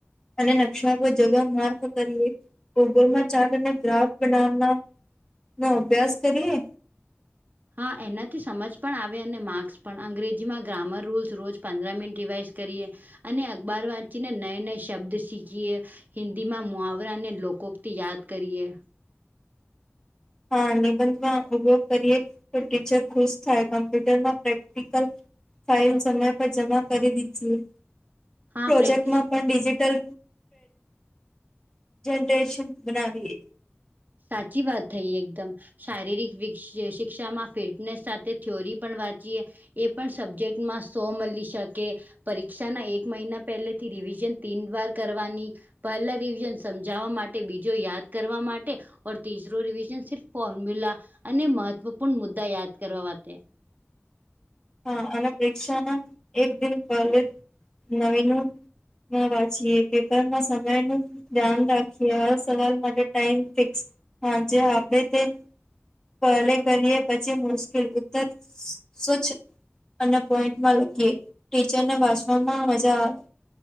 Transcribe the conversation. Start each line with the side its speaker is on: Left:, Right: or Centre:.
Left: અને નકશા પર જગહ માર્ગ કરીએ. ગૂગલ માં ચાર્ટ અને ગ્રાફ બનાવના નો અભ્યાસ નો કરીએ.
Right: હા એનાથી સમજ પણ આવે અને માર્ક્સ પણ અંગ્રેજીમાં ગ્રામર રૂલ્સ રોજ પંદર મિનિટ રિવાઇઝ કરીએ. અને અખબાર વાંચીને નય નય શબ્દ શીખીએ. હિન્દીમાં મુહાવરા ને લોકોક <unintelligible> યાદ કરીએ.
Left: હા નિબંધમાં ઉપયોગ કરીએ તો ટીચર ખુશ થાય કોમ્પ્યુટરમાં પ્રેક્ટિકલ ફાઇલ સમય પર જમા કરી દીધી
Right: હા
Left: પ્રોજેક્ટમાં
Right: પ્રેક્ટિસ
Left: પણ ડિજિટલ જ જનરેશન બનાવીએ
Right: સાચી વાત થઈ એકદમ. શારીરિક શિક્ષામાં ફિટનેસ સાથે થિયોરી પણ વાંચીએ. એ પણ સબ્જેક્ટમાં સો મળી શકે. પરીક્ષાના એક મહિના પહેલેથી રિવિઝન તીન વાર કરવાની. પહેલા રિવિઝન સમજાવવા માટે બીજો યાદ કરવા માટે ઓર ત્રીસરો રિવિઝન સિફ ફોર્મ્યુલા અને મહત્વપૂર્ણ મુદ્દા યાદ કરવા માટે.
Left: હા અને પરીક્ષાના એક દિન પહેલે નવીનું ના વાંચીએ પેપર ના સમય નું ધ્યાન રાખીએ આ સવાલ માટે ટાઈમ ફિક્સ હ જે આપડે તે પલે કરીએ પછી મુશ્કેલ ઉત્તર સુ્ અને પોઈન્ટમાં લખીએ ટીચરને વાંચવામાં મજા આવે